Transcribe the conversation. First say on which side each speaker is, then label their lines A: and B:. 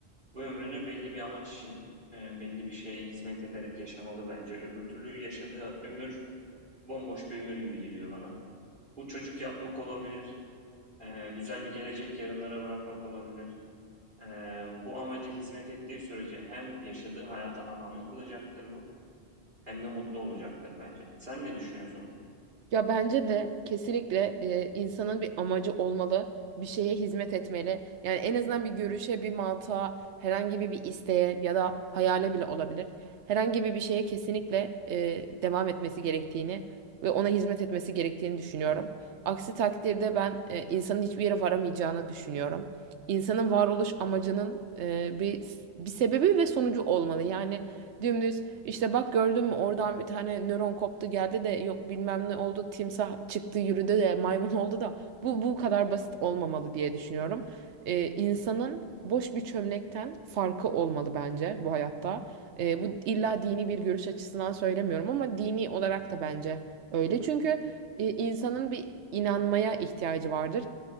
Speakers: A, on the right (about 50°); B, on the right (about 85°).
A: Bu ömrünü belli bir amaç için, e, belli bir şeye hizmet ederek yaşamalı bence. Öbür türlü yaşadığı ömür bomboş bir ömür gibi geliyor bana. Bu çocuk yapmak olabilir, e, güzel bir gelecek yarınlara bırakmak olabilir. E, bu amaca hizmet ettiği sürece hem yaşadığı hayata anlamlı kılacaktır bu, hem de mutlu olacaktır bence. Sen ne düşünüyorsun?
B: Ya bence de kesinlikle e, insanın bir amacı olmalı, bir şeye hizmet etmeli. Yani en azından bir görüşe, bir mantığa, herhangi bir, bir isteğe ya da hayale bile olabilir. Herhangi bir bir şeye kesinlikle e, devam etmesi gerektiğini ve ona hizmet etmesi gerektiğini düşünüyorum. Aksi takdirde ben e, insanın hiçbir yere varamayacağını düşünüyorum. İnsanın varoluş amacının e, bir bir sebebi ve sonucu olmalı. Yani dümdüz. İşte bak gördün mü oradan bir tane nöron koptu geldi de yok bilmem ne oldu timsah çıktı yürüdü de maymun oldu da bu bu kadar basit olmamalı diye düşünüyorum. Ee, insanın boş bir çömlekten farkı olmalı bence bu hayatta. Ee, bu illa dini bir görüş açısından söylemiyorum ama dini olarak da bence öyle. Çünkü e, insanın bir inanmaya ihtiyacı vardır.